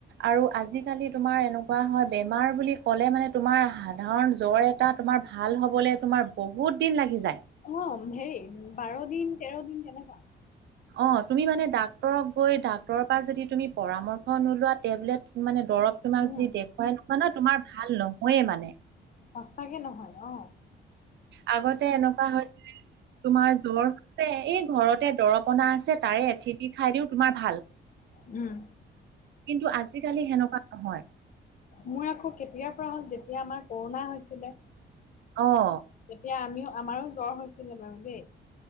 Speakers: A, on the right; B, on the left.
A: আৰু আজিকালি তোমাৰ এনেকুৱা হয় বেমাৰ বুলি ক'লে মানে তোমাৰ সাধাৰণ জ্বৰ এ- টা তোমাৰ ভাল হ'বলে তোমাৰ বহুত দিন লাগি যায়।
B: অঁ হেৰি বাৰ দিন তেৰ দিন তেনেকুৱা।
A: অঁ তুমি মানে ডাক্তৰত গৈ ডাক্তৰৰ পৰা যদি তুমি পৰামৰ্শ নোলোৱা টেবলেট মানে দৰৱ- তোমাক
B: উম
A: যি দেখুৱাই মানে তোমাৰ ভাল নহয়ে মানে।
B: সঁচাকে নহয়, অঁ'।
A: আগতে এনেকুৱা হৈছিলে- তোমাৰ জ্বৰ এই ঘৰতে দৰৱ অনা আছে তাৰে এঠিপি খাই দিওঁ তোমাৰ ভাল- কিন্তু,
B: উম।
A: আজিকালি সেনেকুৱা নহয়।
B: মই আকৌ কেতিয়াৰ পৰা হ'ল, যেতিয়া আমাৰ ক'ৰোণা হৈছিলে।
A: অঁ'
B: তেতিয়া আমি আমাৰ জ্বৰ হৈছিলে বাৰু দেই।